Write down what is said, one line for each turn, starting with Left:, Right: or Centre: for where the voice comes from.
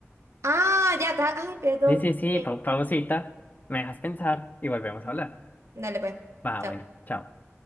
Right: Ah, ya está. Ay, perdón.
Left: Sí, sí, sí,
Right: Bien.
Left: pau- pausita, me dejas pensar y volvemos a
Right: Ujú.
Left: hablar.
Right: Dale pues.
Left: Va,
Right: Chao.
Left: bueno, chao.